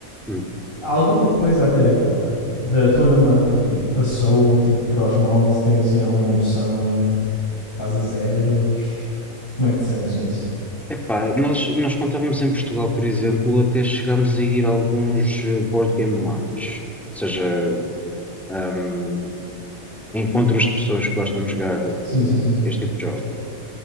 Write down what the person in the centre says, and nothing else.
Hum.
Epá, nós, nós contávamos em Portugal, por exemplo, até chegámos a ir a alguns eh, board game months, ou seja, hum, encontros de pessoas que gostam de jogar eh,
este tipo de jogos.